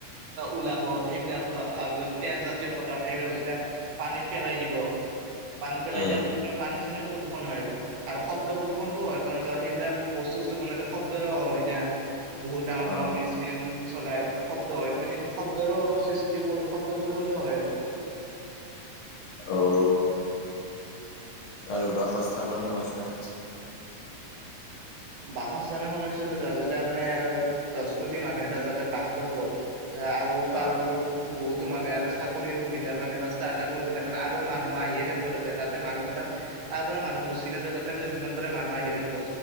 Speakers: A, on the right; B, on the left.
A: ওলাব সেইবিলাক আৰু তেলজাতীয় পদাৰ্থ যেতিয়া পানীত পেলাই দিব পানী পেলাই
B: উম।
A: দিয়াৰ ফলত মানে পানী চানীও প্ৰদূষণ হয় আৰু আৰু শব্দ শব্দ প্ৰদূষণটো হয় কাৰণ ধৰ সেইবিলাক বস্তু বস্তু বনাওঁতে শব্দ হয় বহুত ডাঙৰ
B: অ',
A: ডাঙৰ মেচিন চলাই ত শব্দ হয় সেই শব্দৰো সৃষ্টি শব্দবোধনৰ হয় আৰু
B: অঔ আৰু বাসস্থানৰ সমস্যা
A: বাসস্থানৰ সমস্যাটো যা যেতিয়া মানে দহ কোটি মানুহে এটা জাগাত বাস কৰিব আৰু তাৰ
B: অ',
A: লগত বহুতো মানুহে আৰু চাকৰিৰ সুবিধাৰ কাৰণে ৰ সুবিধা কাৰণ আৰু মানুহ আহিয়ে থাকো তাতোতে মানুহ মানে তাৰ পৰা মানুহ গুচি নযায় তাতে মানে জীৱন যিমান পাৰে মানুহ আহি ৰাখিব